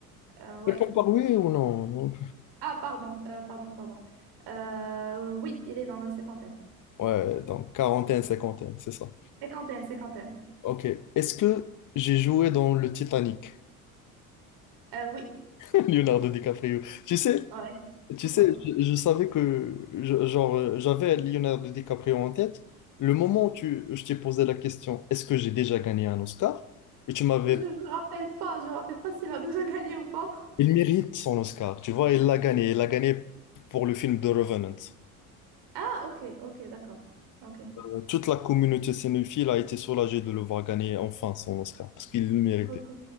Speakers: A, on the right; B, on the left.
A: Euh, ouais.
B: Réponds par oui ou non. non.
A: Ah, pardon, euh, pardon, pardon. Euh, oui, il est dans la cinquantaine.
B: Ouais, donc quarantaine, cinquantaine, c'est ça.
A: Cinquantaine, cinquantaine.
B: Ok. Est-ce que j'ai joué dans le Titanic?
A: Euh, oui,
B: <laughs> Leonardo DiCaprio. Tu sais,
A: ouais.
B: Tu
A: Faut
B: sais,
A: pas.
B: je, je savais que je- genre euh, j'avais Leonardo DiCaprio en tête. Le moment où tu, je t'ai posé la question, est-ce que j'ai déjà gagné un Oscar? Et tu m'avais,
A: Je ne me rappelle pas, je me rappelle pas s'il a déjà gagné ou pas.
B: il mérite son Oscar, tu vois, il l'a gagné, il l'a gagné pour le film The Revenant.
A: Ah, ok, ok, d'accord. Ok.
B: Euh, Toute la communauté cinéphile a été soulagée de le voir gagner enfin son Oscar parce qu'il le méritait.
A: Ok.